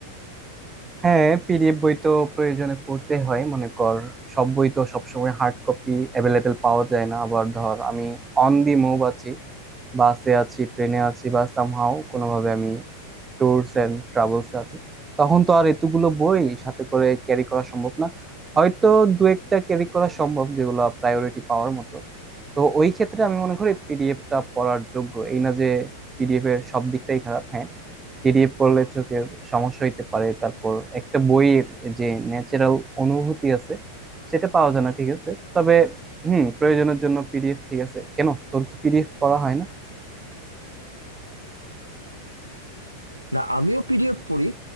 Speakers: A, on the right (about 15°); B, on the right (about 80°).
A: হ্যাঁ পিডিএফ বই তো প্রয়োজনে পড়তে হয় মনে কর সব বই তো সবসময় হার্ড কপি অ্যাভেলেবেল পাওয়া যায় না আবার ধর আমি অন দি মুভ আছি বাসে আছি ট্রেনে আছি বা সামহাও কোনোভাবে আমি ট্যুরস এন্ড ট্রাভেলসে আছি তখন তো আর এতগুলো বই সাথে করে ক্যারি করা সম্ভব না হয়তো দু একটা ক্যারি করা সম্ভব যেগুলো প্রায়োরিটি পাওয়ার মতো তো ওই ক্ষেত্রে আমি মনে করি পিডিএফটা পড়ার যোগ্য এই না যে পিডিএফ এর সব দিকটাই খারাপ হ্যাঁ পিডিএফ পড়লে চোখের সমস্যা হইতে পারে তারপর একটা বইয়ের যে ন্যাচারাল অনুভূতি আছে সেটা পাওয়া যায় না ঠিক আছে তবে হুম প্রয়োজনের জন্য পিডিএফ ঠিক আছে কেন তোর কি পিডিএফ পড়া হয় না
B: না আমিও পিডিএফ পড়ি